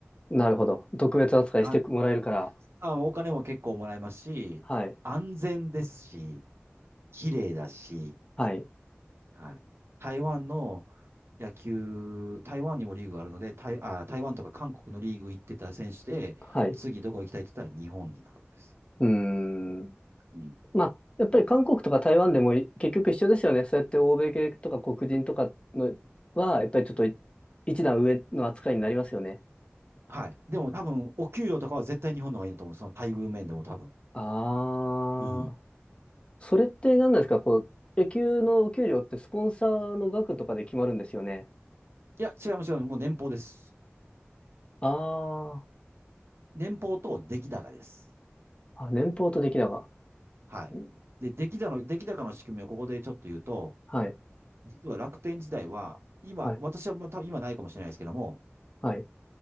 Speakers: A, on the left; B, on the right.
A: なるほど。特別扱いしてもらえるから。
B: 安あ、お金も結構もらえますし、
A: はい。
B: 安全ですし、綺麗だし、
A: はい。
B: はい。台湾の野球、台湾にもリーグがあるので、台、あ、台湾とか韓国のリーグ行ってた選手で、
A: はい。
B: 次どこ行きたいって言ったら日本になるんです。
A: うーん。
B: うん。
A: まあ、やっぱり韓国とか台湾でもい結局一緒ですよね。そうやって欧米系とか黒人とかのは、やっぱりちょっとい一段上の扱いになりますよね。
B: はい。でも多分、お給料とかは絶対日本の方がいいなと思う。その待遇面でも多分。
A: あー。
B: うん。
A: それって何なんですかこう、野球のお給料ってスポンサーの額とかで決まるんですよね。
B: いや、違います、違います。もう年俸です。
A: あー。
B: 年俸と出来高です。
A: あ、年俸と出来高。
B: はい。
A: うん
B: で、出来高の、出来高の仕組みをここでちょっと言うと、
A: はい。
B: 実は楽天時代は、今、
A: はい。
B: 私はもう多分今ないかもしれないですけども、
A: はい。